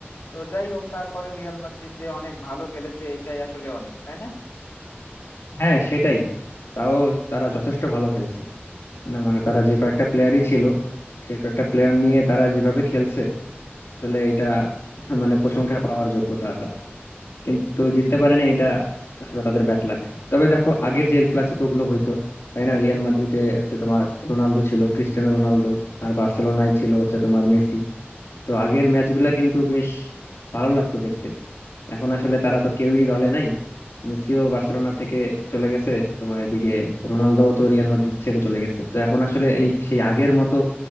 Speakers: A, on the left; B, on the left.
A: তো যাই হোক তারপরেও রিয়াল মাদ্রিদ যে অনেক ভালো খেলেছে এটাই আসলে অনেক তাই না
B: হ্যাঁ সেটাই তাও তারা যথেষ্ট ভালো খেলছে না মানে তারা যে কয়েকটা প্লেয়ারই ছিল সেই কয়েকটা প্লেয়ার নিয়ে তারা যেভাবে খেলছে আসলে এটা মানে প্রশংসা পাওয়ার যোগ্য তারা কিন্তু জিততে পারে না এটা আসলে তাদের ব্যাড লাক তবে দেখো আগের যে এল ক্লাসিকো গুলো হইতো তাই না রিয়াল মাদ্রিদে হচ্ছে তোমার রোনালদো ছিল ক্রিস্টিয়ানো রোনালদো আর বার্সেলোনায় ছিল হচ্ছে তোমার মেসি তো আগের ম্যাচগুলা কিন্তু বেশ ভালো লাগতো দেখতে এখন আসলে তারা তো কেউই দলে নাই মেসিও বার্সেলোনা থেকে চলে গেছে তোমার এদিকে রোনালদো তো রিয়াল মাদ্রিদ ছেড়ে চলে গেছে তো এখন আসলে এই সেই আগের মতো